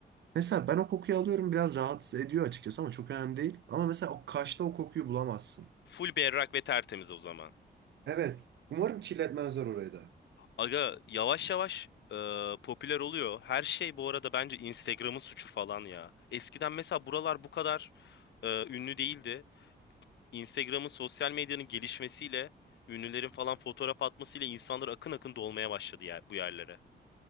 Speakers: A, on the right; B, on the left.
A: Mesela ben o kokuyu alıyorum biraz rahatsız ediyor açıkçası ama çok önemli değil. Ama mesela o Kaş'ta o kokuyu bulamazsın.
B: Full berrak ve tertemiz o zaman.
A: Evet. Umarım kirletmezler orayı da.
B: Aga yavaş yavaş e, popüler oluyor. Her şey bu arada bence Instagram'ın suçu falan ya. Eskiden mesela buralar bu kadar e, ünlü değildi. Instagram'ın sosyal medyanın gelişmesiyle ünlülerin falan fotoğraf atmasıyla insanlar akın akın dolmaya başladı yer, bu yerlere.